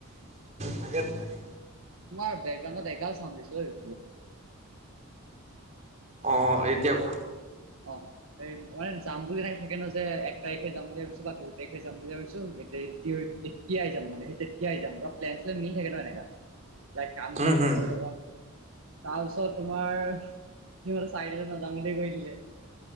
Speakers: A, on the right (about 35°); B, on the right (about 70°).
A: নাকে ন
B: তোমাৰ বকগ্ৰাউণ্ডত এাল চন্দ দিছো এই
A: অঁ এতিয়া কোৱা
B: অফ এই মানে যাম বুলি এনেক থাকে ন যে এক তাৰিখে যাম বুলি ভাবিছো বা দুই তাৰিখে যাম বুলি ভাবিছো এ কি আইজাম মানে কি আইজাম সেই তেতিয়া আহ যাম বা প্লেন্লে মিল থে ন এনেককা
A: <unintelligible>
B: লাইক কাম
A: উম
B: চাম
A: হুম
B: হেৰি কৰি থকা তাৰপিছত তোমাৰ সিহঁতে চাৰিদজন নাযাওঁ বুলি কৈ দিলে